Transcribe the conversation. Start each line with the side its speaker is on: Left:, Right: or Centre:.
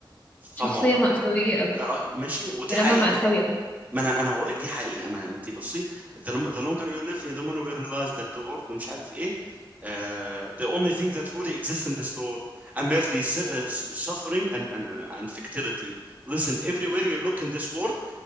Right: فما
Left: شخصية
Right: اه
Left: مأساوية أوي
Right: آه، ماشي ودي
Left: كلامها
Right: حقيقة
Left: مأساوي أوي
Right: ما انا انا هقول لك دي حقيقة ما انت بصي the, lo- the longer you live the more you realize that the world مش عارف ايه uh, the only thing that really exists in this world are merely su- uh, suffering and, and, and fertility listen everywhere you look in this world